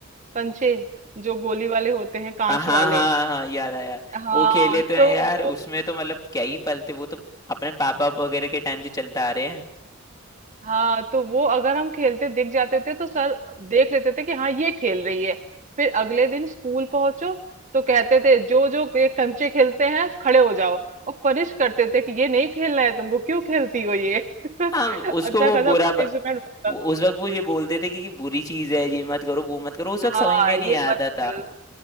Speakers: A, on the right (about 35°); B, on the left (about 20°).
A: कंचे जो गोली वाले होते हैं कांच
B: हाँ हाँ
A: वाले
B: हाँ हाँ हाँ, याद आया
A: हाँ
B: वो खेले तो
A: तो
B: हैं यार
A: वो
B: उसमें तो मतलब क्या ही पलते वो तो अपने पापा वगैरह के टाइम से चलता आ रहे हैं
A: हाँ तो वो अगर हम खेलते दिख जाते थे तो सर देख लेते थे कि हाँ ये खेल रही है फिर अगले दिन स्कूल पहुंचो तो कहते थे जो जो ये कंचे खेलते हैं खड़े हो जाओ और पनिश करते थे कि ये नहीं खेलना है तुमको क्यों खेलती हो ये <laughs>
B: हाँ उसको
A: अच्छा
B: वो
A: खासा
B: बुरा
A: पनिशमेंट
B: ब-
A: बनता
B: वो-
A: था
B: उस वक्त वो ये बोलते थे कि ये बुरी चीज है ये मत करो वो मत करो उस
A: हाँ
B: वक्त समझ में नहीं
A: ये
B: आता
A: मत
B: था
A: खेल